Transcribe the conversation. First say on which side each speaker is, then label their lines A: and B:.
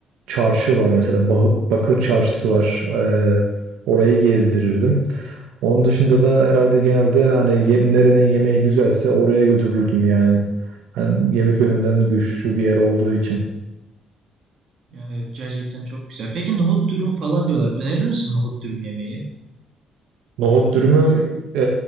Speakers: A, on the right; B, on the right.
A: çarşı var mesela. Bah- Bakır Çarşısı var. Ee, orayı gezdirirdim. Onun dışında da herhalde genelde hani ye- nerenin yemeği güzelse oraya götürürdüm yani. Hani yemek yönünden güçlü bir yer olduğu için.
B: Yani evet gerçekten çok güzel. Peki nohut dürüm falan diyorlar. Önerir misin nohut dürüm yemeği?
A: Nohut dürümü e,